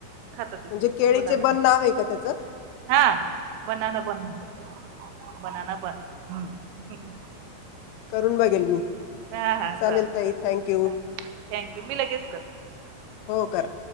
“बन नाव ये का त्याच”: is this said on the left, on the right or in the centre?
Left